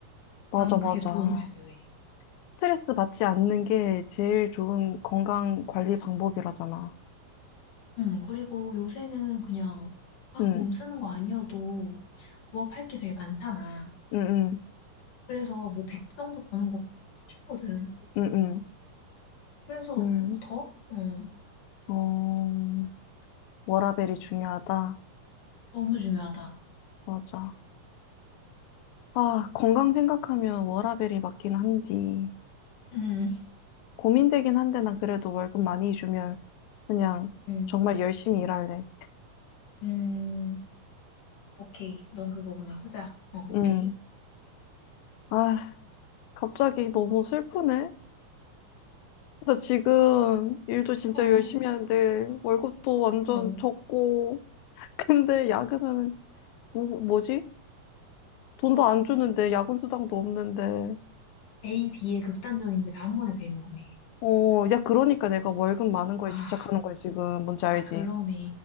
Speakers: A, on the left; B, on the left.
A: 맞아,
B: 나는
A: 맞아.
B: 그게 너무 중요해.
A: 스트레스 받지 않는 게 제일 좋은 건강 관리 방법이라잖아.
B: 음, 그리고 요새는 그냥 막
A: 응,
B: 몸 쓰는 거 아니어도 부업할 게 되게 많잖아.
A: 응, 응,
B: 그래서 뭐 100 정도 버는 거 싶거든.
A: 응, 응,
B: 그래서
A: 응.
B: 더? 응,
A: 어, 워라밸이 중요하다.
B: 너무 중요하다.
A: 맞아. 아, 건강 생각하면 워라밸이 맞긴 한디.
B: 음,
A: 고민되긴 한데 난 그래도 월급 많이 주면 그냥
B: 음,
A: 정말 열심히 일할래.
B: 음, 오케이. 넌 그거구나. 후자. 어, 오케이.
A: 응. 아, 갑자기 너무 슬프네. 나 지금 일도 진짜
B: 어,
A: 열심히 하는데 월급도 완전
B: 어.
A: 적고 근데 야근은 뭐, 뭐지? 돈도 안 주는데 야근 수당도 없는데.
B: A, B의 극단적인 게 다 한 번에 되는 거네.
A: 어, 야 그러니까 내가 월급 많은 거에
B: 아,
A: 집착하는 거야 지금. 뭔지 알지?
B: 아, 그러네.